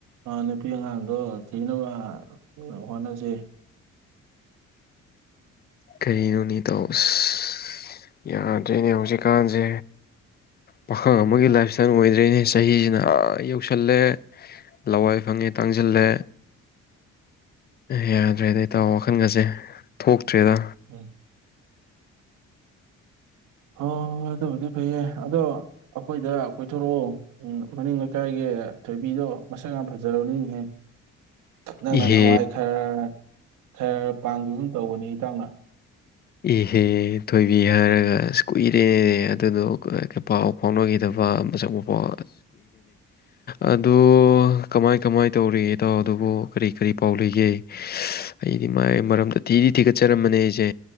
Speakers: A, on the right; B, on the left.
A: ꯅꯨꯄꯤ ꯑꯉꯥꯡꯗꯣ ꯊꯤꯅꯕ ꯍꯣꯠꯅꯁꯦ
B: ꯀꯔꯤꯅꯣꯅꯦ ꯏꯇꯥꯎ ꯑꯥꯁ ꯌꯥꯗꯔꯦꯅꯦ ꯍꯧꯖꯤꯛ ꯀꯥꯟꯁꯦ ꯄꯥꯈꯪ ꯑꯃꯒꯤ ꯂꯥꯏꯞ ꯢꯁꯇꯥꯏꯜ ꯑꯣꯏꯗꯔꯦꯅꯦ ꯆꯥꯍꯤꯅ ꯑꯥꯌꯧꯁꯜꯂꯦ ꯆꯤꯔꯥꯏ ꯐꯪꯂꯦ ꯇꯥꯡꯁꯤꯜꯂꯦ ꯌꯥꯗꯔꯦꯗ ꯏꯇꯥꯎ ꯊꯥꯈꯟꯒꯁꯦ ꯊꯣꯛꯇꯔꯦꯗ
A: ꯎꯝ ꯍꯣꯏ ꯍꯣꯏ ꯑꯗꯨꯕꯨꯗꯤ ꯐꯩꯌꯦ ꯑꯗꯣ ꯑꯩꯈꯣꯏꯗ ꯀꯣꯏ ꯊꯣꯔꯛꯑꯣ ꯎꯝ ꯃꯅꯤꯡ ꯂꯩꯀꯥꯏꯒꯤ ꯊꯣꯏꯕꯤꯗꯣ ꯃꯁꯛ ꯌꯥꯝ ꯐꯥꯖꯔꯕꯅꯤꯅꯦ ꯅꯪꯅ
B: ꯏꯍꯦ
A: ꯅꯍꯥꯟ ꯋꯥꯏ ꯈꯔ ꯈꯔ ꯄꯥꯝꯈꯤꯒꯨꯝ ꯇꯧꯕꯅꯤ ꯏꯇꯥꯎꯅ
B: ꯏꯍꯦ ꯊꯣꯏꯕꯤ ꯑꯥꯁ ꯀꯨꯏꯔꯦ ꯑꯗꯨꯗꯣ ꯄꯥꯎ ꯐꯥꯎꯅꯈꯤꯗꯕ ꯃꯁꯛ ꯃꯄꯥꯎ ꯑꯣ ꯀꯃꯥꯏ ꯀꯃꯥꯏ ꯇꯧꯔꯤꯒꯦ ꯏꯇꯥꯎ ꯑꯗꯨꯕꯣ ꯀꯔꯤ ꯀꯔꯤ ꯄꯥꯎ ꯂꯩꯒꯦ ꯑꯩꯗꯤ ꯃꯥꯒꯤ ꯃꯔꯝꯗ ꯊꯤꯗꯤ ꯊꯤꯒꯠ ꯆꯥꯔꯝꯕꯅꯦ ꯑꯩꯁꯦ